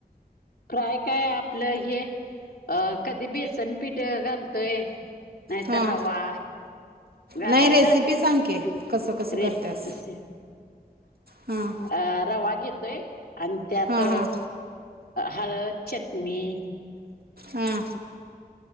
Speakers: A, on the left (about 70°); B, on the right (about 70°).
A: फ्राय काय आपलं हे. अ कधी बेसन पीठ घालतोय. नाही
B: हां
A: तर रवा. घालायचा
B: नाही रेसिपी सांग की. कसं कसं
A: रेप
B: करत्यास?
A: असे
B: हा.
A: अ रवा घेतोय आणि त्यात
B: हां हां
A: हळद चटणी.
B: हा.